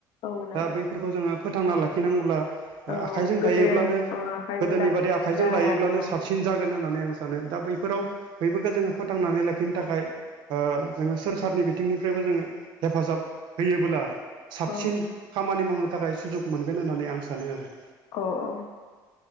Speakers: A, on the left; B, on the right.
A: औ नंगौ
B: दा बैफोरखौ जोङो फोथांना लाखिनांगौब्ला
A: औ
B: आखाइजों
A: गोदो
B: दायोब्लानो
A: ओ आखाइजों
B: गोदोनि
A: दानाय
B: बादि आखाइजों
A: जाया
B: दायोब्लानो
A: आरोना
B: साब सिन जागोन होननानै आं सानो दा बैफोराव बैफोरखौ जोङो फोथांनानै लाखिनो थाखाय जोङो सोरखारनि बिथिंनिफ्रायबो जोङो हेफाजाब होयोबोब्ला साबसिन
A: औ
B: खामानि मावनो थाखाय सुजुग मोनगोन होननानै आं सानो आरो
A: औ औ